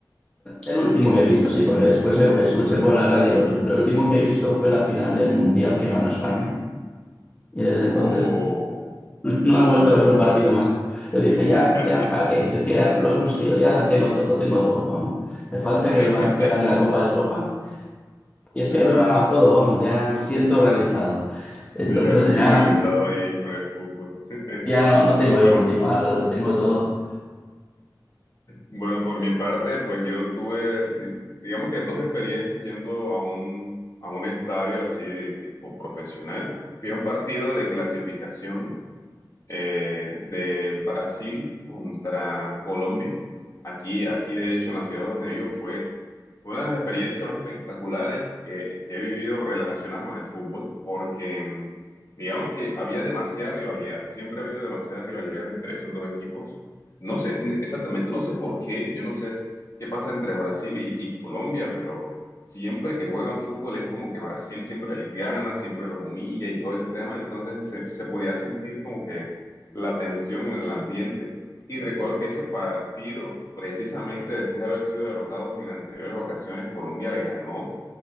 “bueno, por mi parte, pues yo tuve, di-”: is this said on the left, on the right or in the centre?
Left